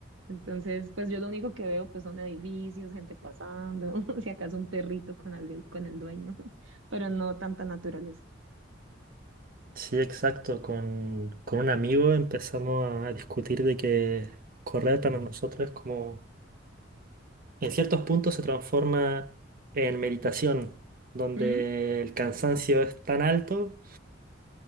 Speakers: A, on the right; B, on the right.
A: Entonces, pues yo lo único que veo pues son edificios, gente pasando, <laughs> si acaso un perrito con alguien, con el dueño, <laughs> pero no tanta naturaleza.
B: Sí, exacto. Con, con un amigo empezamos a, a discutir de que correr para nosotros es como, en ciertos puntos se transforma en meditación, donde
A: ¿Mm?
B: el cansancio es tan alto